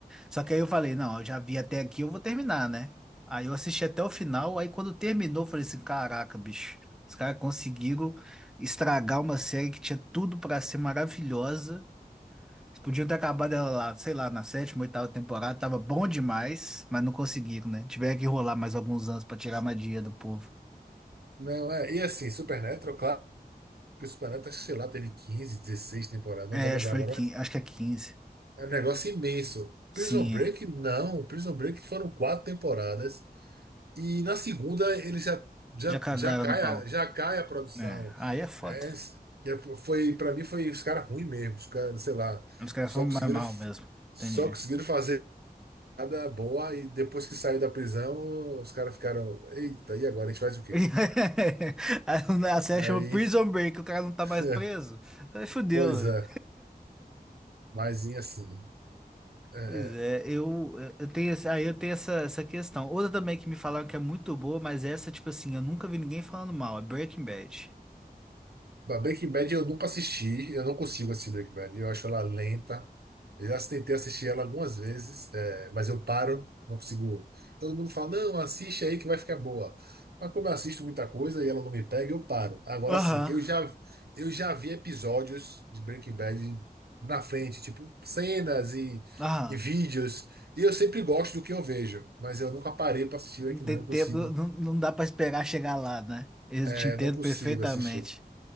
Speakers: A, in the centre; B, on the right.
A: Só que aí eu falei, não, eu já vi até aqui, eu vou terminar, né? Aí eu assisti até o final, aí quando terminou, eu falei assim, caraca, bicho, os caras conseguiram estragar uma série que tinha tudo pra ser maravilhosa. Eles podiam ter acabado ela lá, sei lá, na sétima, oitava temporada, tava bom demais, mas não conseguiram, né? Tiveram que rolar mais alguns anos pra tirar a madia do povo.
B: Não, é. E assim, Supernatural, claro que o Supernatural, sei lá, teve 15, 16 temporadas, não
A: É,
B: vou lembrar
A: acho que foi,
B: agora,
A: quin-
B: mas
A: acho que é quinze
B: é um negócio imenso.
A: Sim,
B: Prison Break,
A: é.
B: não. Prison Break foram quatro temporadas. E na segunda ele já, já,
A: já cagaram
B: já cai,
A: no pau.
B: a- já cai a produção.
A: É, aí é foda.
B: É, é, foi, para mim foi os caras ruins mesmo, os caras, sei lá,
A: Os caras
B: só
A: foram
B: conseguiram
A: mais mal mesmo.
B: só
A: Entendi.
B: conseguiram fazer nada boa e depois que saiu da prisão, os caras ficaram, eita, e agora a gente faz o quê?
A: <laughs> A série
B: Aí,
A: chama Prison Break, o cara não tá
B: <laughs>
A: mais preso. Aí fudeu,
B: pois
A: velho.
B: é, mais assim. é,
A: Pois é,
B: é,
A: eu, eu tenho, esse- aí eu tenho essa, essa questão. Outra também que me falaram que é muito boa, mas essa, tipo assim, eu nunca vi ninguém falando mal, é Breaking Bad.
B: Ba- Breaking Bad eu nunca assisti, eu não consigo assistir Breaking Bad, eu acho ela lenta. Eu já tentei assistir ela algumas vezes, é, mas eu paro, não consigo. Todo mundo fala, não, assiste aí que vai ficar boa. Mas como eu assisto muita coisa e ela não me pega, eu paro. Agora
A: Aham,
B: sim, eu já, eu já vi episódios de Breaking Bad na frente, tipo cenas e,
A: aham.
B: e vídeos, e eu sempre gosto do que eu vejo, mas eu nunca parei para assistir Breaking
A: Não tem
B: Bad, não
A: tempo,
B: consigo.
A: não, não dá pra esperar chegar lá, né? Eu
B: É,
A: te entendo
B: não consigo
A: perfeitamente.
B: assistir.